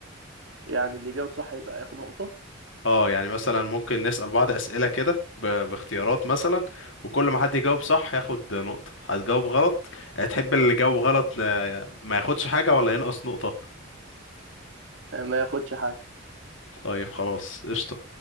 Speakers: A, on the right; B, on the left.
A: يعني اللي يجاوب صح يبقى ياخد نقطة
B: اه يعني مثلا ممكن نسأل بعض أسئلة كده ب... باختيارات مثلا وكل ما حد يجاوب صح ياخد نقطة هتجاوب غلط آه، تحب اللي جاوب غلط آه، ما ياخدش حاجة ولا ينقص نقطة
A: آه، ما ياخدش حاجة
B: طيب خلاص قشطة